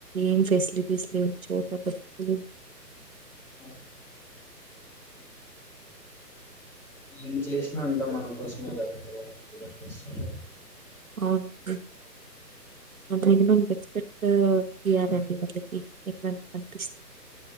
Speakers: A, on the right; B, in the centre.
A: ఏం ఫెసిలిటీస్ లే చోట బచ్చలు
B: ఆ ఏం చేసినా అంతా మనకోసమే కదండి బాబు కూడా చేస్తోంది
A: అవును మినిమం రెస్పెక్ట్ ఇవ్వాలని వాళ్లకు చ్